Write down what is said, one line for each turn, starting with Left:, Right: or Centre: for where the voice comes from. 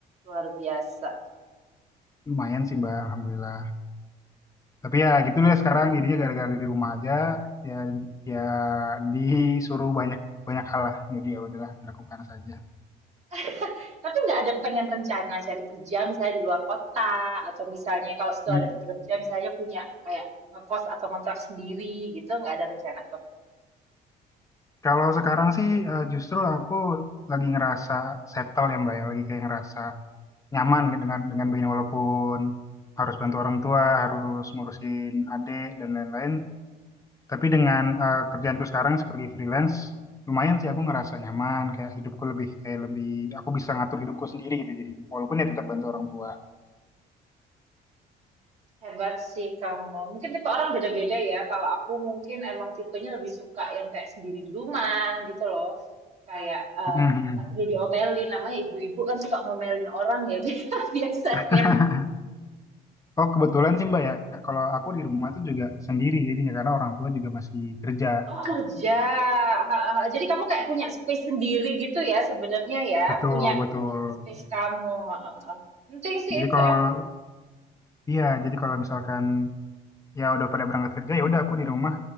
Right: Luar biasa.
Left: Lumayan sih Mbak, alhamdulillah. Tapi ya gitu deh sekarang dirinya gara-gara di rumah aja ya ya disuruh banyak banyak hal lah jadi ya udahlah dilakukan saja.
Right: <laughs> Tapi nggak ada pengen rencana cari kerja misalnya di luar kota atau misalnya kalau setelah
Left: Hmm.
Right: dapat kerja misalnya punya kayak ngekos atau kontrak sendiri gitu nggak ada rencana tuh.
Left: Kalau sekarang sih eh, justru aku lagi ngerasa settle ya Mbak, ya. lagi kayak ngerasa nyaman dengan dengan begini walaupun harus bantu orang tua, harus ngurusin adik dan lain-lain. Tapi dengan eh, kerjaanku sekarang sebagai freelance, lumayan sih aku ngerasa nyaman, kayak hidupku lebih kayak lebih aku bisa ngatur hidupku sendiri gitu Jadi Walaupun ya tetap bantu orang tua.
Right: Hebat sih kamu. Mungkin tipe orang beda-beda ya. Kalau aku mungkin emang tipenya lebih suka yang kayak sendiri di rumah gitu loh. Kayak eh,
Left: Mhm.
Right: nggak perlu diomelin. Namanya ibu-ibu kan suka ngomelin orang ya <laughs> biasanya.
Left: <laughs> Oh kebetulan sih Mbak ya, kalau aku di rumah tuh juga sendiri jadinya karena orang tua juga masih kerja.
Right: Oh kerja, heeh heeh. Jadi kamu kayak punya space sendiri gitu ya sebenarnya ya,
Left: Betul,
Right: punya
Left: betul.
Right: space kamu. Heeh, heeh. Penting sih
Left: Jadi
Right: itu
Left: kalau
Right: emang.
Left: iya, jadi kalau misalkan ya udah pada berangkat kerja ya udah aku di rumah